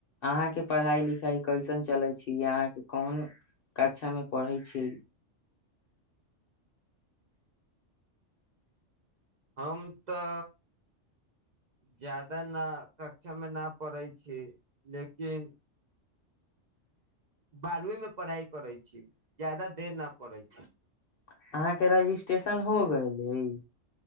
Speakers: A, on the left (about 55°); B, on the right (about 50°).
A: अहाँके पढ़ाइ लिखाइ कैसन चलै छी अहाँके कोन कक्षामे पढ़ै छियै
B: हम तऽ जा्यदा नहि कक्षामे नहि पढ़ै छी लेकिन बारवीं मे पढ़ाइ करै छी ज्यादा देर न पै छी
A: अहाँके रजिस्ट्रेशन हो गेले